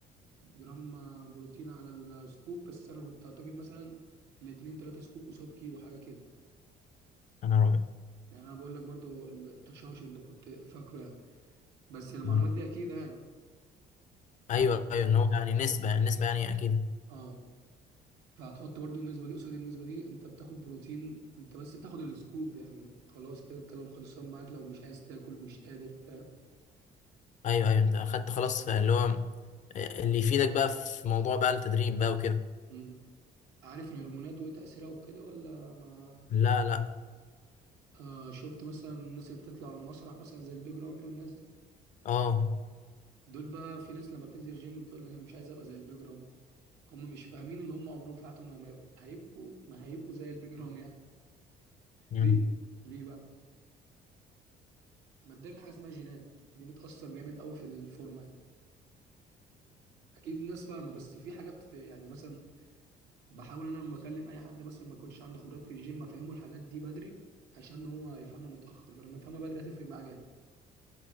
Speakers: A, on the right (about 85°); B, on the left (about 45°).
A: جرام آه، بروتين على السكوب بس أنا كنت أعتقد مثلا الاتنين تلاتة سكوب قصاد كيلو حاجة كده
B: يا نهار ابيض
A: يعني أنا بقول لك برضه التشاش اللي كنت فاكره يعني بس المعلومات
B: مم.
A: دي أكيد يعني ف-
B: ايوه ايوه اللي هو يعني نسبة نسبة يعني اكيد
A: اه فهتحط برضو النسبة دي قصاد النسبة دي انت بتاخد بروتين انت بس بتاخد السكوب يعني خلاص كده الكلام خلصان معاك لو مش عايز تاكل مش قادر فاهم
B: ايوه ايوه انت اخدت خلاص اللي هو آه، اللي يفيدك بقى في موضوع بقى التدريب بقى وكده
A: مم. عارف الهرمونات وايه تأثيرها وكده ولا ما
B: لا لا
A: آه شفت مثلا الناس اللي بتطلع على المسرح مثلا زي البيج رامي والناس دي
B: اه
A: دول بقى في ناس لما بتنزل الجيم بتقول لك انا مش عايز ابقى زي البيج رامي هم مش فاهمين ان هم عمرهم في حياتهم ما هيبقوا ما هيبقوا زي البيج رامي يعني
B: امم
A: ليه ليه بقى مبدئيا في حاجة اسمها جينات دي بتأثر جامد قوي في الفورمة اكيد الناس فاهمه بس في حاجات في يعني مثلا بحاول انا لما اكلم اي حد مثلا ما يكونش عنده خبرات في الجيم افهمه الحاجات دي بدري عشان هو يفهمها متاخر فلما يفهمها بدري هتفرق معاه جامد